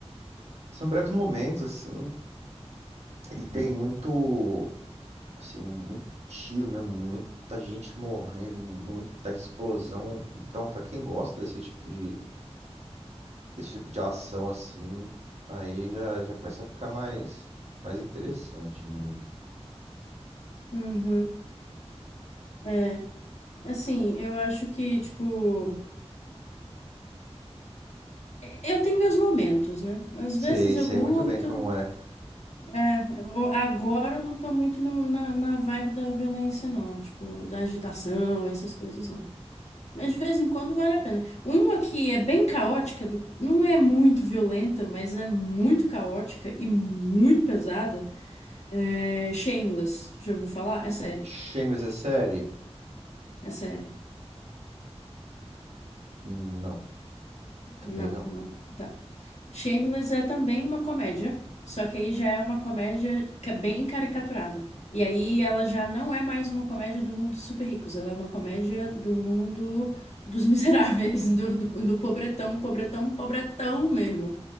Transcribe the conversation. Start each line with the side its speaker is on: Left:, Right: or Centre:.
Right: são breves momentos, assim. Ele tem muito. assim, muito tiro mesmo, muita gente morrendo, muita explosão. Então, pra quem gosta desse tipo de desse tipo de ação assim, aí já, já começa a ficar mais mais interessante mesmo.
Left: Uhum. É, assim, eu acho que, tipo, eu tenho meus momentos, né? Às
Right: Sei,
Left: vezes eu
Right: sei
Left: curto,
Right: muito bem como é.
Left: é, eu- agora eu não tô muito no- na, na vibe da violência, não, tipo, da agitação, essas coisas, não. Mas de vez em quando vale a pena. Uma que é bem caótica, não é muito violenta, mas é muito caótica e muito pesada, é Shameless. Já ouviu falar? É série.
Right: Shameless é série?
Left: É série.
Right: Não, também
Left: Não,
Right: não.
Left: não. tá. Shameless é também uma comédia, só que aí já é uma comédia ca- bem caricaturada. E aí ela já não é mais uma comédia do mundo dos super ricos, ela é uma comédia do mundo dos miseráveis, <laughs> do, do, do pobretão, pobretão, pobretão mesmo.